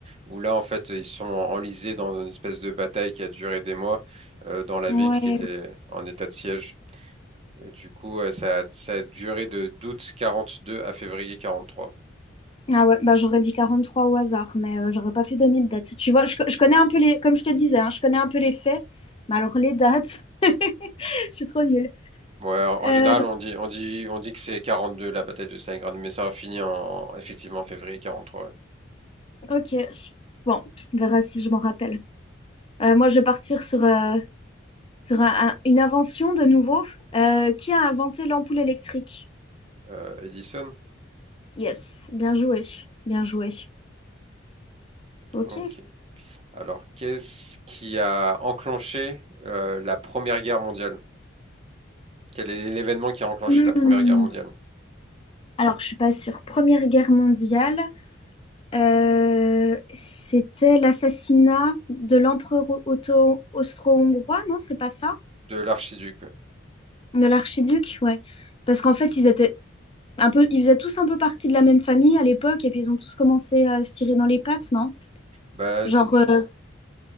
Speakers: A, on the right (about 30°); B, on the left (about 30°).
A: où là en fait ils sont enlisés dans une espèce de bataille qui a duré des mois euh, dans la
B: Ouais.
A: ville qui était en état de siège. Et du coup, euh, ça, ça a duré de d'août 42 à février 43.
B: Ah ouais, bah j'aurais dit 43 au hasard, mais euh, j'aurais pas pu donner de date. Tu vois, je, je connais un peu les... Comme je te disais, hein, je connais un peu les faits, mais alors les dates, <laughs> je suis trop nulle.
A: Ouais, en en
B: Euh,
A: général, on dit, on dit, on dit que c'est 42 la bataille de Stalingrad, mais ça a fini en, effectivement en février 43. ouais.
B: ok. Bon, on verra si je m'en rappelle. Euh, moi, je vais partir sur euh, Sur un- un- une invention de nouveau. Euh, qui a inventé l'ampoule électrique?
A: Euh, Edison?
B: Yes, bien joué, bien joué. Ok.
A: Ok. Alors, qu'est-ce qui a enclenché euh, la Première Guerre mondiale? Quel est l'événement qui a enclenché
B: Hmm.
A: la Première Guerre mondiale?
B: Alors, je suis pas sûre. Première Guerre mondiale, euh, c'était l'assassinat de l'empereur auto- austro-hongrois, non? C'est pas ça?
A: De l'archiduc. ouais.
B: De l'archiduc, ouais. Parce qu'en fait, ils étaient un peu, ils faisaient tous un peu partie de la même famille à l'époque, et puis ils ont tous commencé à se tirer dans les pattes, non?
A: Bah,
B: Genre,
A: c'est
B: euh,